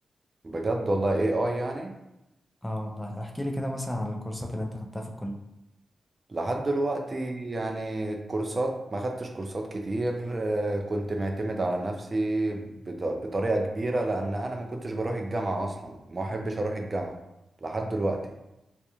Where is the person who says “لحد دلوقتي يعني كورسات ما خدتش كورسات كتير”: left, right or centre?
Right